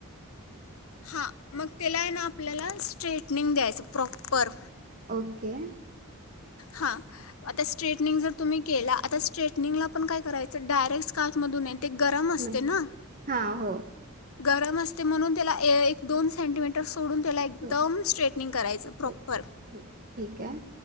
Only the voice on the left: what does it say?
हां, मग त्याला आहे ना आपल्याला स्ट्रेटनिंग द्यायचं प्रॉपर.
हां, आता स्ट्रेटनिंग जर तुम्ही केला आता स्ट्रेटनिंगला पण काय करायचं डायरेक्ट स्काथमधून एन- ते गरम असते
ना?
गरम अस् ते म्हणून तेला ए एक-दोन सेंटीमीटस् सोडून त्याला एकदम
स्ट्रेटनिंग करायचं प्रॉपर.